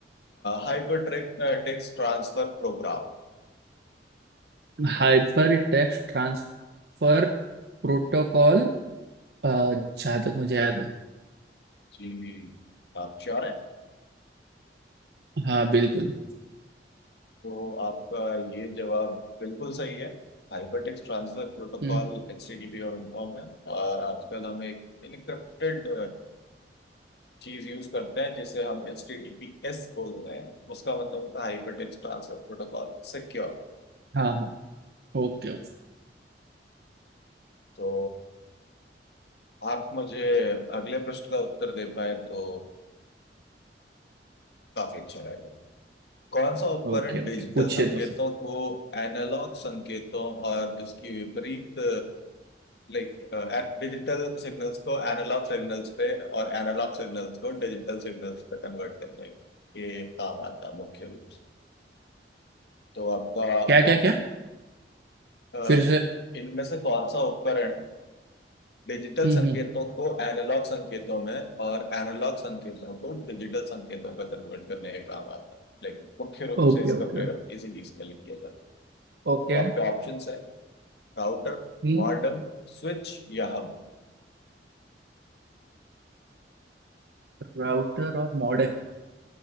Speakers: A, on the left; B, on the right.
A: हाइपर टेक्स्ट ट्रांसफर प्रोग्राम
B: हाइपर टेक्स्ट ट्रांसफर प्रोटोकॉल जहाँ तक मुझे याद है
A: जी आप श्योर हैं
B: हाँ बिल्कुल
A: तो आपका ये जवाब बिल्कुल सही है Hypertext transfer protocol
B: हम्म
A: HTTP form है और आजकल हम एक इनक्रिप्टेड चीज यूज करते हैं जिसे हम H T T P S बोल रहे हैं उसका मतलब होता है हाइपरटेक्स्ट ट्रांसफर प्रोटोकॉल सिक्योर
B: हाँ हाँ Okay okay
A: तो आप मुझे अगले प्रश्न का उत्तर दे पाए तो काफी अच्छा रहेगा कौन सा उपकरण
B: ओके ओके
A: डिजिटल
B: पूछिए
A: संकेतों
B: तो सर
A: को एनालॉग संकेतों और इसकी विपरीत लाइक डिजिटल सिग्नल्स को एनालॉग सिग्नल्स पे और एनालॉग सिग्नल्स को डिजिटल सिग्नल्स पे कन्वर्ट करता है ये काम आता है मुख्य रूप से तो आपका
B: क्या क्या
A: आप
B: क्या
A: अ,
B: फिर से
A: इनमें से कौन सा उपकरण डिजिटल
B: हम्म
A: संकेतों
B: हम्म
A: को एनालॉग संकेतों में और एनालॉग संकेतों को डिजिटल संकेतों में कन्वर्ट करने के काम आता है लेकिन मुख्य रूप
B: Okay
A: से इसका
B: okay
A: प्रयोग इसी चीज के लिए किया जाता है
B: okay
A: तो आपके ऑप्शंस है राउटर
B: हम्म
A: मॉडेम स्विच या हब
B: राउटर और मॉडेम